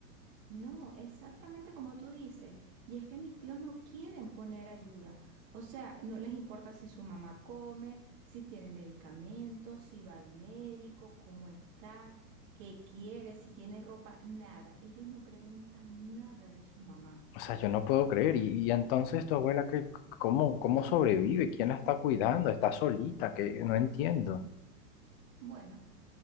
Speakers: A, on the right; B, on the left.
A: No, exactamente como tú dices. Y es que mis tíos no quieren poner ayuda. O sea, no les importa si su mamá come, si tiene medicamentos, si va al médico, cómo está, qué quiere, si tiene ropa, nada. Ellos no preguntan nada de su mamá.
B: O sea, yo no puedo creer. Y, y entonces tu abuela, ¿qué, cómo, cómo sobrevive? ¿Quién la está cuidando? ¿Está solita? Que no entiendo.
A: Bueno,